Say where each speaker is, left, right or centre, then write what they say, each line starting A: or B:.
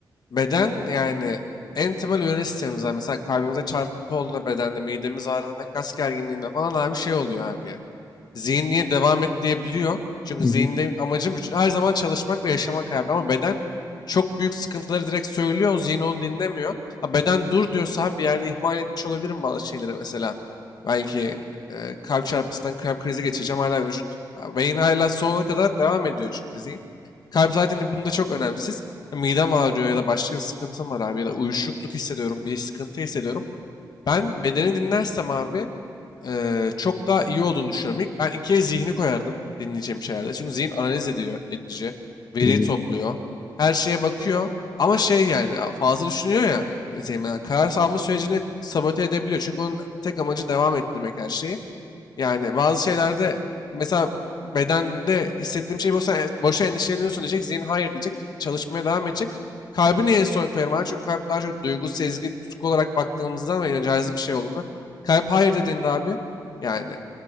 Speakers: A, on the left; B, on the left.
A: beden yani en temel hücre sistemimizden mesela kalbimize çarpıntı olduğunda bedende, midemiz ağrıdığında, kas gerginliğinde falan abi şey oluyor abi yani. Zihin niye devam et diyebiliyor. Çünkü
B: hı
A: zihinde
B: hı,
A: amacı vücut- her zaman çalışmak ve yaşamak abi ama beden çok büyük sıkıntıları direkt söylüyor. o Zihin onu dinlemiyor. Ha, beden dur diyorsa abi bir yerde ihmal etmiş olabilirim bazı şeyleri mesela. Belki e, kalp çarpısından kalp krizi geçeceğim hala vücut. Beyin hala sonuna kadar devam ediyor çünkü zihin. Kalp zaten bunda çok önemsiz. Midem ağrıyor ya da başka bir sıkıntım var abi ya da uyuşukluk hissediyorum, bir sıkıntı hissediyorum. Ben bedeni dinlersem abi eee, çok daha iyi olduğunu düşünüyorum. İlk ben ikiye zihni koyardım dinleyeceğim şeylerde. Çünkü zihin analiz ediyor, edici, veri
B: hı hı,
A: topluyor, her şeye bakıyor. Ama şey yani a- fazla düşünüyor ya, zihin, yani karar alma sürecini sabote edebiliyor. Çünkü onun tek amacı devam ettirmek her şeyi. Yani bazı şeylerde mesela bedende hissettiğim şey boşa, boşa endişeleniyorsun diyecek. Zihin hayır diyecek. Çalışmaya devam edecek. Kalbi niye en son koyarım abi? Çünkü kalp daha çok duygu, sezgi, tutku olarak baktığımızdan ve cazip bir şey olduğunda. Kalp hayır dediğinde abi yani